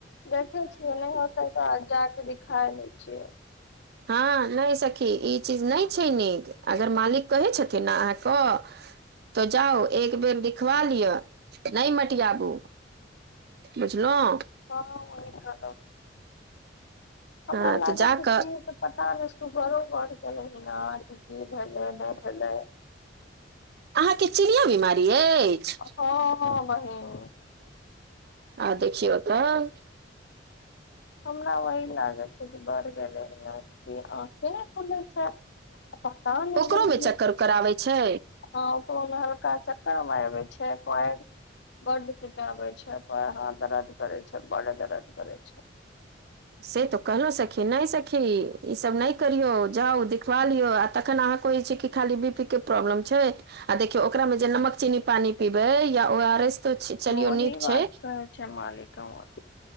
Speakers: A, on the left; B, on the right.
A: देखै छियै नहि होतै तऽ जाक दिखा लै छियै
B: हँ नहि सखी ई चीज नहि छै नीक अगर मालिक कहै छथिन ने अहाँके तो जाउ एक बेर दिखवा लिअ नहि मटियाबु बुझलहु
A: हँ ओहि <unintelligible> खम हमरा
B: हँ
A: लागै
B: तऽ जा
A: छै कि
B: कऽ
A: पता नेहि बरो बर गेलै ह की की भेले नहि भेलै <inaudible>
B: अहाँके चिनियां बीमारी अछि
A: हँ हँ बहिन
B: आ देखिओ तऽ
A: हमरा वही लागै छै जे बढ़ गेलै है अह केना खुलै छै पता नहि
B: ओकरोमे
A: लग की
B: चक्कर
A: <unintelligible>
B: उक्कर आबै छै
A: हँ ओकरो हल्का चक्कर आबै छै पर बड चटाबै छै हाथ दरद करै छ बड़ दरद करै छै
B: से तऽ कहलहुँ सखी नहि सखी ईसभ नहि करियौ जाउ देखिखवा लियौ आ तखन अहाँके छै कि खाली बी पी के प्रॉब्लम छै आ देखियौ ओकरा मे जे नमक चीनी पानी पीबै या ओ आर एस तऽ चलियौ
A: वही
B: नीक
A: बात
B: छै
A: कहै छै मालिक हमर